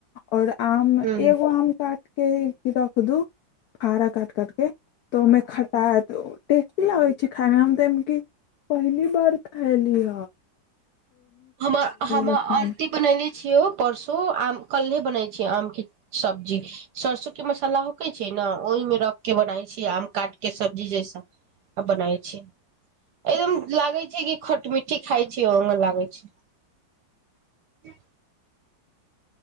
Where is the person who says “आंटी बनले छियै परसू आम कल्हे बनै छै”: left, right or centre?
Right